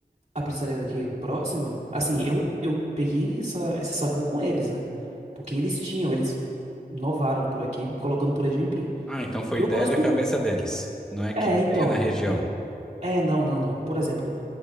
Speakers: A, on the right; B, in the centre.
A: A pizzaria daqui próxima? Assim, eu, eu peguei essa, esse sabor com eles, né? Porque eles tinham, eles inovaram por aqui, colocando purê de aipim.
B: Ah, então foi
A: E eu
B: ideia
A: gosto.
B: da cabeça deles. Não é que
A: É, então.
B: tenha na região.
A: É, não, não, não. Por exemplo,